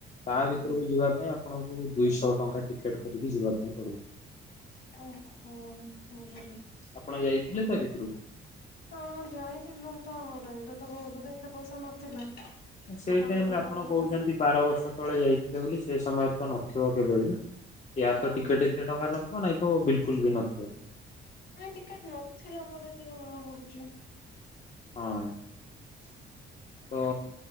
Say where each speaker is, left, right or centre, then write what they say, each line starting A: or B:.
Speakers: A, on the left (about 35°); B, on the left (about 55°).
A: ତା
B: ଆଜ୍ଞା
A: ଭିତରକୁ ଯିବା ପାଇଁ ଆପଣଙ୍କୁ ଦୁଇଶହ ଟଙ୍କା ଟିକେଟ କରିକି ଯିବା ପାଇଁ ପଡିବ।
B: ଓହୋ ବୁଝିଲି।
A: ଆପଣ ଯାଇଥିଲେ ତା ଭିତରକୁ?
B: ହଁ ଯାଇଥିଲୁ ତ ଆମ ଟାଇମ ତ ତ ବହୁତ ବୋଧେ ଏତେ ପଇସା ନଥିଲା।
A: ସେଇ
B: ଆପଣ
A: ଟାଇମରେ
B: କିନ୍ତୁ
A: ଆପଣ
B: କଣ କହୁଛ
A: କହୁଛନ୍ତି ବାର ବର୍ଷ ତଳେ ଯାଇଥିଲେ ବୋଲି ସେ ସମୟରେ ତ ନଥିବ କେବେ ବି ୟାର
B: ହଁ
A: ତ ଟିକେଟ ଏତେ ଟଙ୍କା ନଥିବ ନାଇଁ ତ ବିଲକୁଲ ବି ନଥିବ।
B: ଏ ଟିକେଟ ନଥିଲା ମୋର ଯେତିକି ମନେ ପଡୁଛି।
A: ହଁ।
B: <inaudible>
A: ତ